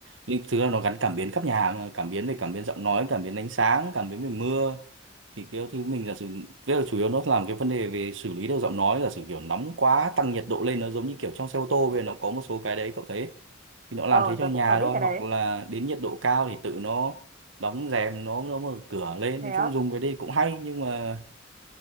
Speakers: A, on the right; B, on the right.
A: nhưng thực ra nó gắn cảm biến khắp nhà hàng, cảm biến về cảm biến giọng nói cảm biến ánh sáng cảm biến về mưa thì cái thứ mình giả sử tức là chủ yếu nó làm cái vấn đề về xử lý được giọng nói giả sử kiểu nóng quá tăng nhiệt độ lên nó giống như kiểu trong xe ô tô bây giờ nó có một số cái đấy cậu thấy thì nó làm
B: ờ
A: thế cho
B: tớ
A: nhà
B: cũng có biết
A: thôi
B: cái
A: hoặc
B: đấy
A: là đến nhiệt độ cao thì tự nó đóng rèm nó nó mở cửa lên
B: thế
A: nói
B: á
A: chung dùng cái đây cũng hay nhưng mà